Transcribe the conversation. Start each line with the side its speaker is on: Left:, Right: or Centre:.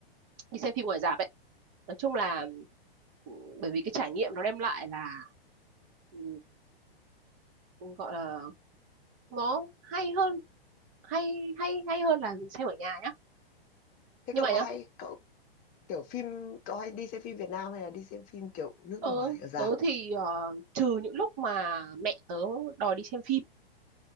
Right: đi xem phim ngoài rạp ấy nói chung là ừ, bởi vì cái trải nghiệm nó đem lại là ừ, ừ, gọi là nó hay hơn hay hay hay hơn là xem ở nhà nhá
Left: thế
Right: nhưng
Left: cậu
Right: mà
Left: có
Right: nhá
Left: hay cậu kiểu phim cậu hay đi xem phim Việt Nam hay là đi xem phim kiểu nước
Right: Tớ,
Left: ngoài ở rạp
Right: tớ thì ờ, trừ những lúc mà mẹ tớ đòi đi xem phim